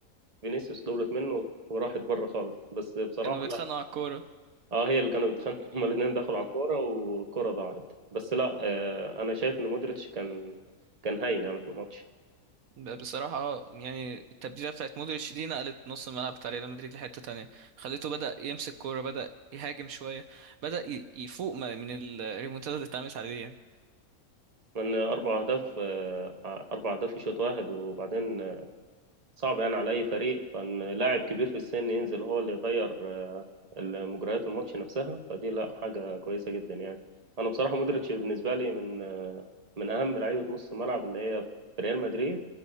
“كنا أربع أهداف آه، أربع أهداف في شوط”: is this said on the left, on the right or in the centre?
Right